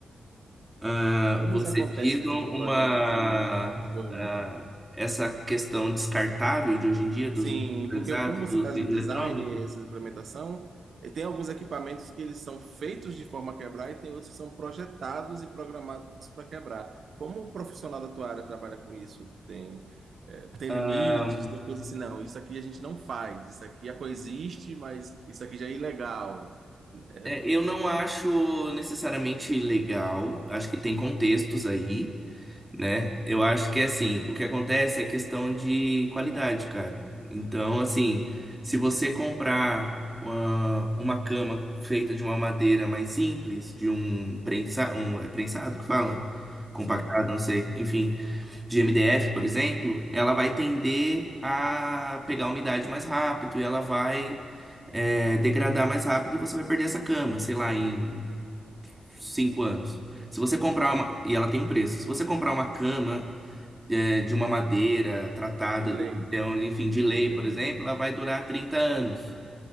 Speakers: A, on the right; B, on the right.
A: Ah,
B: Como
A: você
B: isso acontece
A: diz
B: dentro
A: um-
B: de um projeto
A: uma...
B: de desenvolvimento?
A: ah, essa questão descartável de hoje em dia, dos
B: Sim,
A: industrializados,
B: porque como você
A: dos
B: faz
A: eletrônicos?
B: o design, essa implementação, eh, tem alguns equipamentos que eles são feitos de forma a quebrar e tem outros que são projetados e programados para quebrar. Como o profissional da tua área trabalha com isso? Tem, eh, tem
A: Ah,
B: limites, tem coisas assim, não, isso aqui a gente não faz, isso aqui a coexiste, mas isso aqui já é ilegal. É,
A: é, eu não acho necessariamente legal, acho que tem contextos aí. né? Eu acho que é assim, o que acontece é questão de qualidade, cara. Então, assim, se você comprar uma, uma cama feita de uma madeira mais simples, de um prensa, um é prensado que fala, compactado,
B: Sim,
A: não sei, enfim, de MDF, por exemplo, ela vai tender a pegar umidade mais rápido e ela vai é, degradar mais rápido e você vai perder essa cama, sei lá, em cinco anos. Se você comprar uma, e ela tem um preço. Se você comprar uma cama é, de uma madeira tratada,
B: de lei.
A: de, um material, enfim,
B: Madeira
A: de lei, por
B: de
A: exemplo,
B: lei.
A: ela vai durar 30 anos,